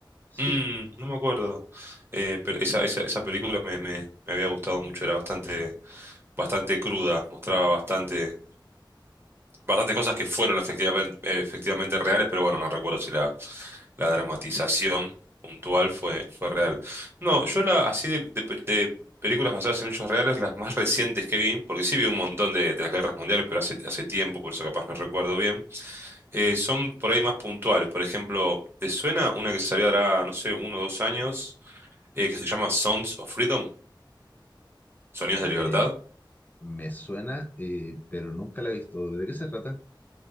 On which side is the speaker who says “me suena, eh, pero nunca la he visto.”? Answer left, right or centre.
Left